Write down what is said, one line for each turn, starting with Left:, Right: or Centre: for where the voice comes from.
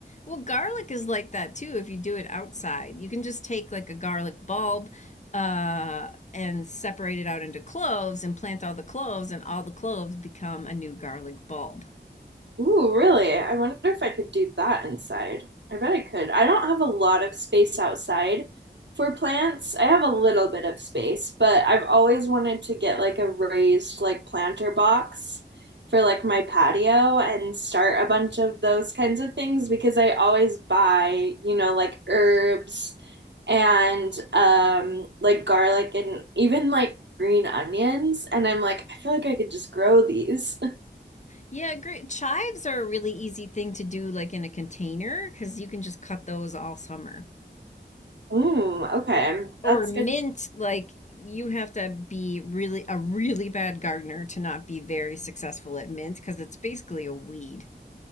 Left: Well, garlic is like that too if you do it outside. You can just take like a garlic bulb uh and separate it out into cloves and plant all the cloves and all the cloves become a new garlic bulb.
Right: Ooh, really? I wonder if I could do that inside. I bet I could. I don't have a lot of space outside for plants. I have a little bit of space, but I've always wanted to get like a raised like planter box for like my patio and start a bunch of those kinds of things because I always buy, you know, like herbs and um like garlic and even like green onions and I'm like I feel like I could just grow these.
Left: Yeah, great. Chives are a really easy thing to do like in a container cuz you can just cut those all summer.
Right: Mm, okay.
Left: Or, or
Right: That's
Left: mint
Right: good.
Left: like you have to be really a really bad gardener to not be very successful at mint cuz it's basically a weed.